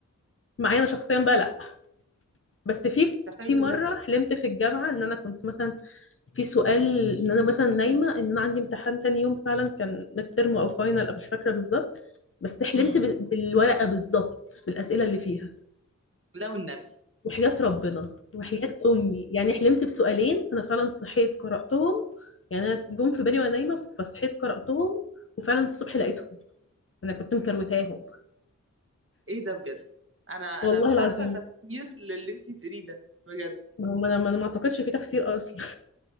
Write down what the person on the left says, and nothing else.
معايا انا شخصيا بقى لا بس في
في
مره
حلمت في الجامعه ان انا كنت مثلا في سؤال ان انا مثلا نايمه ان انا عندي امتحان تاني يوم فعلا كان ميد ترم او فاينل أو مش فاكره بالظبط بس حلمت
بال- بالورقه بالظبط بالاسئله اللي فيها
وحياه ربنا وحياه امي يعني حلمت بسؤالين انا فعلا صحيت قراتهم يعني انا جم في بالي وانا نايمه فصحيت قراتهم وفعلا الصبح لقيتهم انا كنت مكروتاهم
والله
العظيم
ما هو انا ما أنا ما اعتقدش في تفسير اصلا